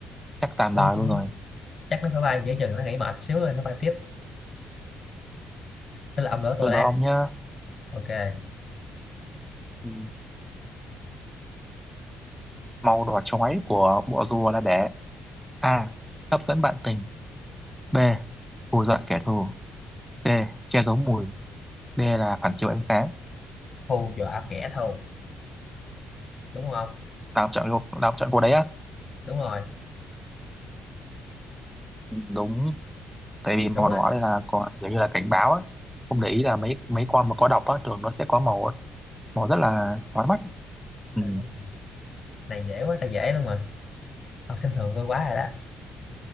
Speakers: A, in the centre; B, on the left.
A: chắc tàn
B: bướm
A: đời
B: chúa
A: luôn rồi
B: chắc nó phải bay giữa chừng nó nghỉ mệt xíu rồi nó bay tiếp tức là ông đỡ tôi
A: cứ đó
B: đấy
A: ông nhá
B: ok
A: Ừ. màu đỏ chói của bộ rùa là để a hấp dẫn bạn tình b hù dọa kẻ thù c che giấu mùi d là phản chiếu ánh sáng
B: hù dọa kẻ thù đúng không
A: tao chọn cô tao chọn cô đấy á
B: đúng rồi
A: đúng tại vì màu
B: đúng
A: đỏ
B: á
A: đây là có kiểu như là cảnh báo á không để ý là mấy mấy con mà có độc á thường nó sẽ có màu màu rất là chói mắt ừ.
B: <laughs> này dễ quá trời dễ luôn mà ông xem thường tôi quá rồi đó